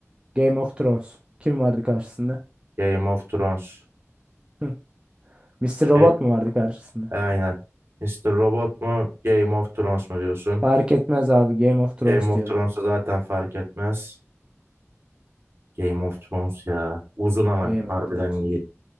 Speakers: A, on the right (about 20°); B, on the right (about 50°).
A: Game of Thrones. Kim vardı karşısında?
B: Game of Thrones.
A: Hı. Mr. Robot
B: E,
A: mu vardı karşısında?
B: aynen. Mr. Robot mu Game of Thrones mu diyorsun?
A: Fark etmez abi. Game of Thrones
B: Game of
A: diyorum.
B: Thrones'a zaten fark etmez. Game of Thrones ya. Uzun ama
A: Game
B: harbiden
A: of Thrones.
B: iyi.